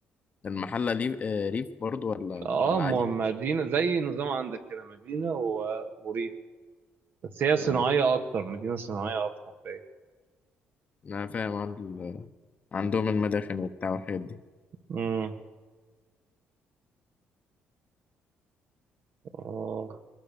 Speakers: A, on the left; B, on the right.
A: المحلة ريف آه، ريف برضو ولا
B: اه
A: ولا
B: ما
A: عادي؟
B: مدينة زي نظام عندك كده مدينة و... وريف بس هي صناعية
A: آه.
B: أكتر مدينة صناعية أكتر باين
A: انا فاهم عن- عندهم المداخن وبتاع والحاجات دي
B: امم آه